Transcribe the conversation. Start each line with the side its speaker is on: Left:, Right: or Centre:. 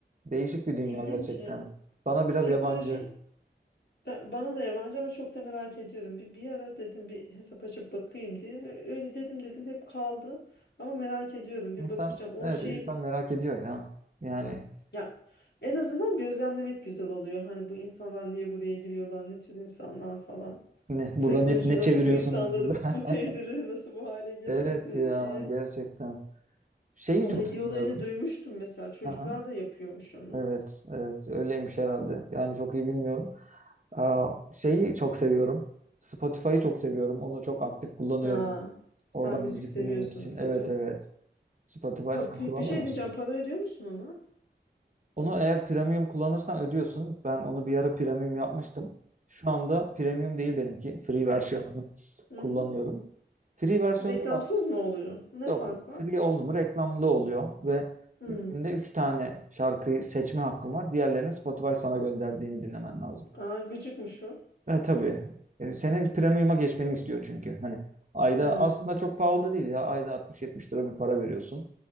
Right: Değişik bir dünya
Left: ilginç
Right: gerçekten.
Left: ya.
Right: Bana biraz
Left: Teknoloji
Right: yabancı.
Left: Ben, bana da yabancı ama çok da merak ediyorum. Bir, bir ara dedim bir hesap açıp bakayım diye. Öyle dedim dedim hep kaldı. Ama merak ediyorum bir
Right: İnsan
Left: bakacağım. O
Right: evet
Left: şey
Right: insan merak ediyor ya. Yani
Left: ya en azından gözlemlemek güzel oluyor. Hani bu insanlar niye buraya giriyorlar, ne tür insanlar falan.
Right: ne burada
Left: Teknoloji
Right: ne, ne
Left: nasıl
Right: çeviriyorsunuz
Left: bu insanları,
Right: burada?
Left: bu
Right: <laughs>
Left: teyzeleri nasıl bu hale getirdi
Right: Evet ya
Left: diye.
Right: gerçekten. Şeyi
Left: O
Right: çok
Left: hediye
Right: seviyorum.
Left: olayını duymuştum mesela. Çocuklar
Right: Aha.
Left: da yapıyormuş onu.
Right: Evet, evet öyleymiş herhalde. Yani çok iyi bilmiyorum. Aa, şeyi çok seviyorum. Spotify'ı çok seviyorum. Onu çok aktif kullanıyorum.
Left: Ha, sen
Right: Oradan
Left: müzik
Right: müzik
Left: seviyorsun
Right: dinlemek için.
Left: tabii.
Right: Evet evet. Spotify
Left: Pa-
Right: sen
Left: bir
Right: kullanıyor
Left: bir şey
Right: musun?
Left: diyeceğim. Para ödüyor musun ona?
Right: Onu eğer premium kullanırsan ödüyorsun. Ben onu bir ara premium yapmıştım. Şu anda premium değil benimki. Free versiyonunu
Left: Hı
Right: kullanıyorum. Free versiyonda
Left: Reklamsız
Right: da
Left: mı oluyor? Ne
Right: yok.
Left: fark var?
Right: Free oldu mu reklamlı oluyor ve
Left: Hmm.
Right: günde 3 tane şarkıyı seçme hakkım var. Diğerlerini Spotify sana gönderdiğini dinlemen lazım.
Left: Aa, gıcıkmış o.
Right: Ha, tabii. E, senin premium'a geçmeni istiyor çünkü. Hani ayda
Left: Hmm.
Right: aslında çok pahalı da değil ya. Ayda altmış yetmiş lira bir para veriyorsun.